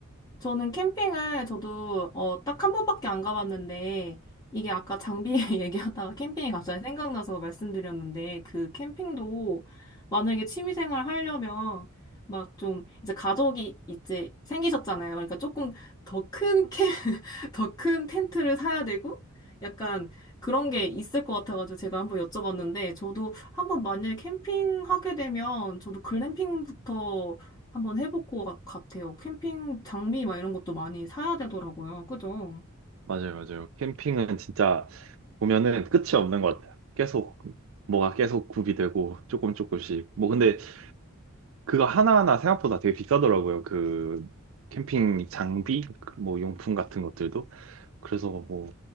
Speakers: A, on the left; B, on the right.
A: 저는 캠핑을 저도 어, 딱 한 번밖에 안 가봤는데 이게 아까 장비 <laughs> 얘기하다가 캠핑이 갑자기 생각나서 말씀드렸는데 그 캠핑도 만약에 취미생활 하려면 막 좀 이제 가족이 이제 생기셨잖아요. 그러니까 조금 더 큰 캠, <laughs> 더 큰 텐트를 사야 되고 약간 그런 게 있을 것 같아가지고 제가 한번 여쭤봤는데 저도 한번 만약에 캠핑하게 되면 저도 글램핑부터 한번 해볼 것 같- 같아요. 캠핑 장비 막 이런 것도 많이 사야 되더라고요. 그죠?
B: 맞아요, 맞아요. 캠핑은 진짜 보면은 끝이 없는 것 같아요. 계속, 뭐가 계속 구비 되고 조금 조금씩. 뭐 근데 그거 하나하나 생각보다 되게 비싸더라고요. 그 캠핑 장비, 그뭐 용품 같은 것들도. 그래서 뭐